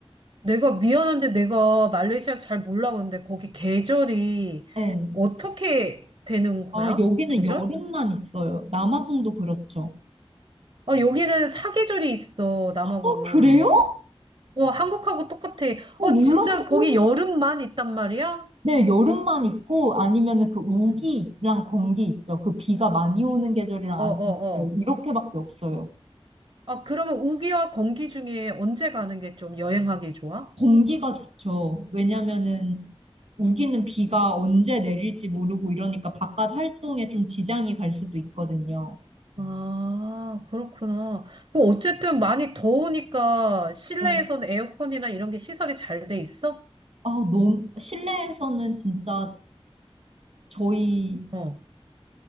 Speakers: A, on the right; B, on the right.
A: 내가 미안한데 내가 말레이시아 잘 몰라 근데 거기 계절이
B: 네.
A: 어떻게 되는 거야?
B: 아, 여기는
A: 계절?
B: 여름만 있어요. 남아공도 그렇죠.
A: 아, 여기는 사계절이 있어, 남아공은.
B: 어, 그래요?
A: 어, 한국하고 똑같아.
B: 어,
A: 어,
B: 몰랐어.
A: 진짜 거기 여름만 있단 말이야?
B: 네, 여름만 있고 아니면은 그 우기랑
A: 응.
B: 건기 있죠. 그 비가 많이 오는 계절이랑
A: 어,
B: 안
A: 어,
B: 오는 계절
A: 어.
B: 이렇게밖에 없어요.
A: 아, 그러면 우기와 건기 중에 언제 가는 게 좀 여행하기 좋아?
B: 공기가 좋죠. 왜냐면은 우기는 비가 언제 내릴지 모르고 이러니까 바깥 활동에 좀 지장이 갈 수도 있거든요.
A: 아, 그렇구나. 그 어쨌든 많이 더우니까 실내에서는
B: 어,
A: 에어컨이나 이런 게 시설이 잘 돼 있어?
B: 아, 너무 실내에서는 진짜 저희
A: 어,